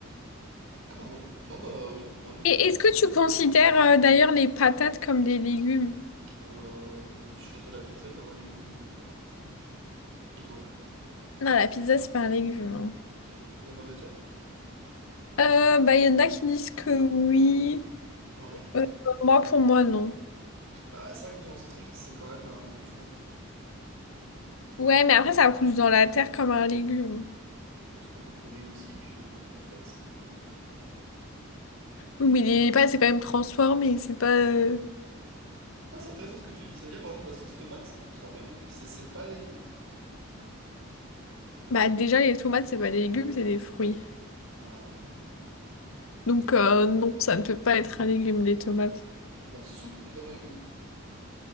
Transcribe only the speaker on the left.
Et est-ce que tu considères euh, d'ailleurs les patates comme des légumes?
Non, la pizza, c'est pas un légume. hein.
Euh, bah, il y en a qui disent que oui.
Euh, moi, pour moi, non.
Ouais, mais après, ça pousse dans la terre comme un légume.
Oui, mais les pâtes, c'est quand même transformé. C'est pas. euh,
Bah, déjà, les tomates, c'est pas des légumes, c'est des fruits.
Donc, euh, non, ça ne peut pas être un légume, les tomates.